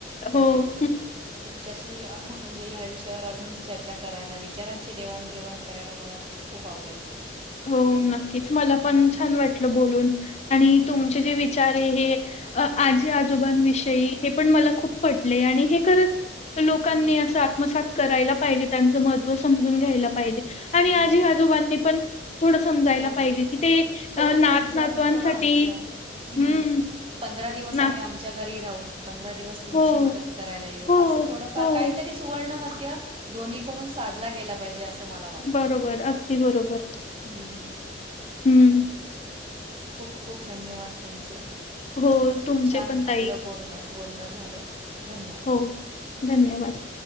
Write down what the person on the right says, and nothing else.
म्हणजे,
तुमच्याशी की म्हणजे हया विषयावर अजून चर्चा करायला, विचारांची देवाणघेवाण करायला ला मला खूप आवडेल.
हम्म,
हम्म,
हम्म,
हम्म,
हम्म.
हो
थोडं
तुमचं, थोडं आमचं हम्म,
पंधरा दिवस
आम्ही आमच्या घरी राहू पं दिवस तुमची
मदत करायला येऊ,
असं थोडफार
काहीतरी सुवर्णमध् ध्य दोन्हीकडून साधला गेला पाहिजे असं मला वाटतं
हम्म.
खूप खूप धन्यवाद तुमचे,
खूप
छान
आपलं बोलणं, बोलणं झालं. धन्यवाद